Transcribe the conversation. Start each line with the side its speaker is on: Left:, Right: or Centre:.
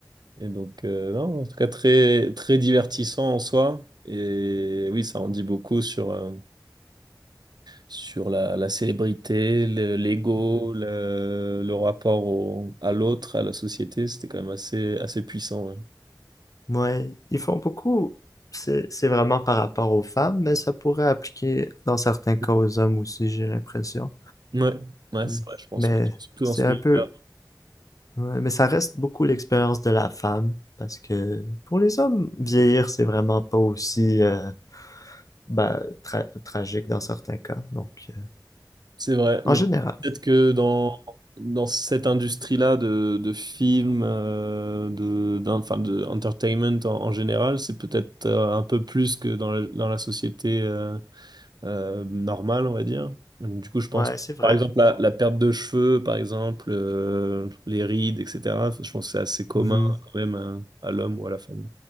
Right: Et donc, euh, non, en tout cas, très, très divertissant en soi. Et oui, ça en dit beaucoup sur, euh, sur la, la célébrité, le- l'ego,
Left: mhm.
Right: le, le rapport au- à l'autre, à la société. C'était quand même assez, assez puissant.
Left: Ouais, ils font beaucoup. C'est, c'est vraiment par rapport aux femmes, mais ça pourrait appliquer dans certains cas
Right: Ouais,
Left: aux hommes aussi, j'ai l'impression.
Right: ouais, ouais,
Left: Mm.
Right: c'est vrai, je pense.
Left: Mais
Right: Bah, Surtout
Left: c'est
Right: dans ce
Left: un
Right: milieu-là.
Left: peu... ouais, mais ça reste beaucoup l'expérience de la femme, parce que pour les hommes, vieillir, c'est vraiment pas aussi... euh, ben, tra tragique dans certains cas. Donc, euh,
Right: C'est vrai, mais
Left: en général.
Right: peut-être que dans, dans cette industrie-là de, de films, euh, de, d'en- enfin, de entertainment en, en général, c'est peut-être euh, un peu plus que dans la, dans la société. euh, euh, normale, on va dire. Donc, du coup, je pense,
Left: Ouais, c'est vrai.
Right: par exemple, la, la perte de cheveux, par exemple, euh, les rides, etc. Je pense que c'est assez commun
Left: Mhm.
Right: quand même à, à l'homme ou à la femme.